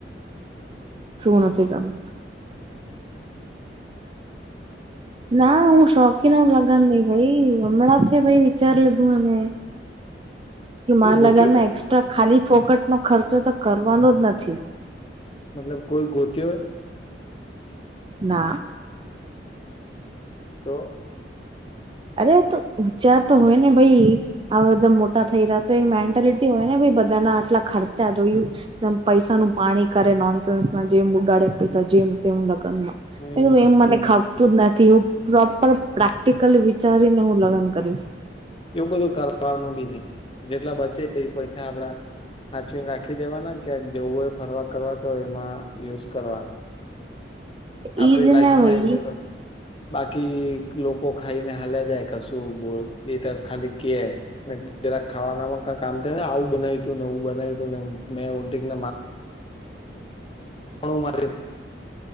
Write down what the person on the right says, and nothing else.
શું નથી કરવુ ના હું શોખીન લગન નઈ ભાઈ હમણાં થી ભાઈ વિચારી લીધું હે મે કે
માર
લગનમાં
એક્સ્ટ્રા ખાલી ફોકટ નો ખર્ચો તો કરવાનો જ નથી.
ના
અરે તો વિચાર તો હોય ને ભાઈ હવે તો બધા મોટા થઈ રહ્યા તો એક મેન્ટાલિટી હોય ને ભાઈ બધાના આટલા ખર્ચા જોયુ પૈસા નું પાણી કરે નોનસેન્સ ના જેમ ઉડાડે પૈસા જેમ તેમ લગ્નમા મે
કીધું એમ મને
ખપતું જ નથી એ પ્રોપર પ્રેક્ટિકલ કરીને હું લગન કરીશ
ઈ જ
ને ભાઈ